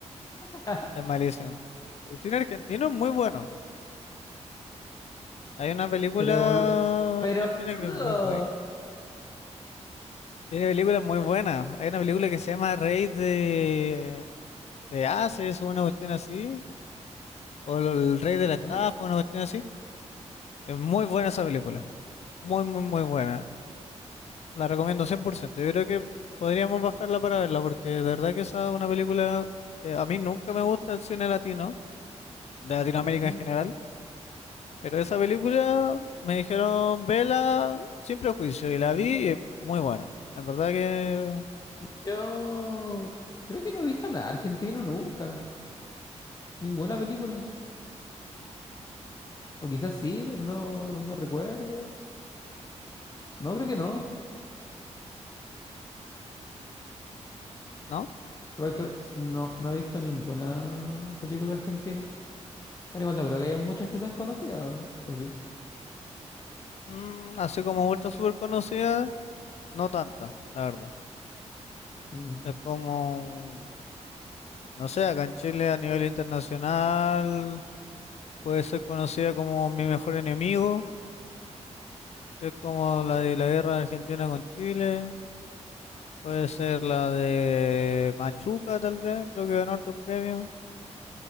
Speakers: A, on the left; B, on the left.
A: <laughs>
B: es malísimo. El cine argentino es muy bueno. Hay una película
A: Pero, bolu- pero,
B: argentina
A: boludo.
B: que es muy buena. Tiene películas muy buenas. Hay una película que se llama Rey de, de Ases o una cuestión así. O lo- El Rey de la Estafa,
A: ¿eh?
B: una cuestión así. Es muy buena esa película. Muy, muy, muy buena. La recomiendo 100%. Yo creo que podríamos bajarla para verla porque de verdad que esa es una película que a mí nunca me gusta el cine latino, de Latinoamérica
A: Ujú.
B: en general. Pero esa película me dijeron vela sin prejuicio y la vi y es muy buena. En verdad que
A: Yo creo que no he visto nada argentino nunca. Ninguna película. O quizás sí, pero no, no recuerdo. No, creo que no.
B: no.
A: Igual que no, no he visto ninguna película argentina. Pero igual no creo que haya muchas que sean conocidas, o, o sí.
B: Mm, así como vuelta súper conocida, no tanta, la verdad.
A: Mm.
B: Es como, no sé, acá en Chile a nivel internacional puede ser conocida como Mi Mejor Enemigo, que es como la de la guerra de argentina con Chile. Puede ser la de Machuca, tal vez, creo que ganó hartos premios.